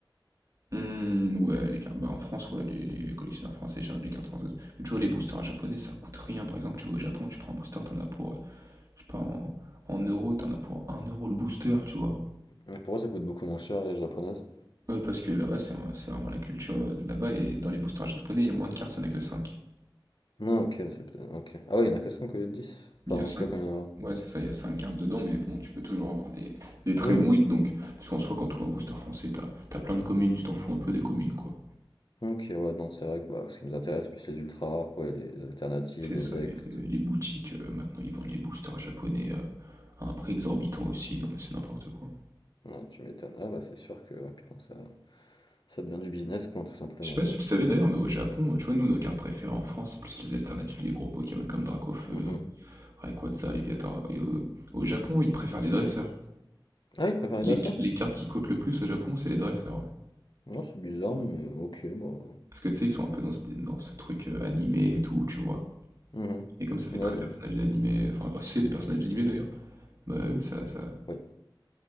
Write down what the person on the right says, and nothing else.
Hmm, ouais, les cartes, bah en France, ouais, les, les collectionneurs français cherchent des cartes françaises. Mais tu vois, les boosters japonais, ça coûte rien, par exemple, tu vas au Japon, tu prends un booster, t'en as pour, euh, je sais pas, en, en euros, t'en as pour un euro le booster, tu vois.
Euh, parce que là-bas, c'est c'est vraiment la culture euh, de là-bas. Et dans les boosters japonais, il y a moins de cartes, il n'y en a que cinq.
Il y a 5.
Ouais, c'est ça, il y a 5 cartes dedans, mais bon, tu peux toujours avoir des, des très
bons hits. Donc, parce qu'en soi, quand tu ouvres un booster français, t'as, t'as plein de communes, tu t'en fous un peu des communes, quoi.
C'est
ça.
Et les les boutiques, euh, maintenant, ils vendent les boosters japonais euh, à un prix exorbitant aussi. Non, mais c'est n'importe quoi.
Je sais pas
si tu le savais
d'ailleurs, mais au Japon, tu vois, nous, nos cartes préférées en France, c'est plus les alternatives, les gros Pokémon comme Dracofeu,
Rayquaza, Léviathan. Et au, au Japon, ils préfèrent les dresseurs.
Les,
les cartes qui coûtent le plus au Japon, c'est les dresseurs. ouais.
Parce que tu sais, ils sont un peu dans ce, dans ce truc euh, animé et tout, tu vois.
Et comme ça fait
très
personnage d'animé, enfin, bah, c'est des personnages d'animé d'ailleurs, bah oui, ça, ça,